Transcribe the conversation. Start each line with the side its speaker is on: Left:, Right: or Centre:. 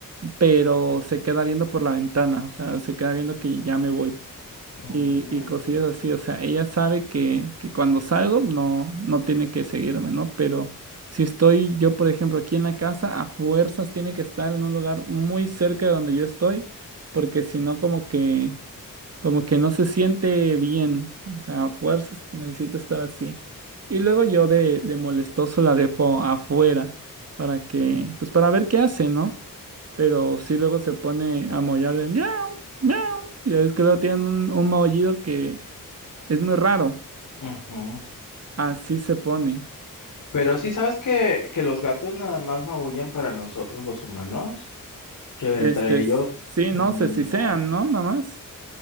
Right: pero se queda viendo por la ventana. O sea, se queda viendo que ya me voy
Left: mm,
Right: y, y cosillas así. O sea, ella sabe que, que cuando salgo no, no tiene que seguirme, ¿no? Pero si estoy yo, por ejemplo, aquí en la casa, a fuerzas tiene que estar en un lugar muy cerca de donde yo estoy, porque si no, como que, como que no se siente bien. O sea, a fuerzas necesito estar así. Y luego yo de, de molestoso la dejo afuera para que, pues para ver qué hace, ¿no? pero sí luego se pone a mollar de miau, miau. Ya ves que luego tienen un, un maullido que es muy raro.
Left: ujú.
Right: Así se pone.
Left: Pero sí sabes que, que los gatos nada más maullan para nosotros los humanos, que entre
Right: Este,
Left: ellos,
Right: s- sí,
Left: mm,
Right: no sé si sean,
Left: no.
Right: ¿no? Nada más.